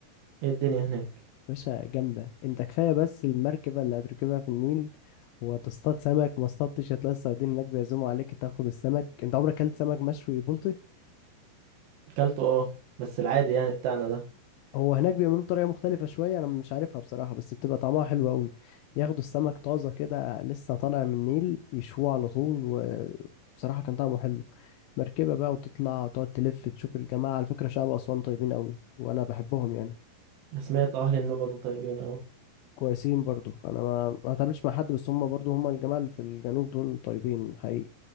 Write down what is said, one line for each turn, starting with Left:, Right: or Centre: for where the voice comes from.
Right: ايه الدنيا هناك
Left: باشا جامده انت كفايه بس المركبه اللي هتركبها في النيل وتصطاد سمك ما اصطادتش هتلاقي الصيادين هناك بيعزموا عليك تاخد السمك انت عمرك اكلت سمك مشوي بلطي
Right: اكلته اه بس العادي يعني بتاعنا ده
Left: هو هناك بيعملوه بطريقة مختلفة شوية أنا مش عارفها بصراحة بس بتبقى طعمها حلو أوي ياخدوا السمك طازة كده لسه طالع من النيل يشووه على طول وبصراحة كان طعمه حلو مركبة بقى وتطلع وتقعد تلف تشوف الجماعة على فكرة شعب أسوان طيبين أوي وأنا بحبهم يعني
Right: سمعت اهل النوبة دول طيبين اوي
Left: كويسين برضو أنا ما ما اتقابلتش مع حد بس هم برضو هم الجماعة اللي في الجنوب دول طيبين حقيقي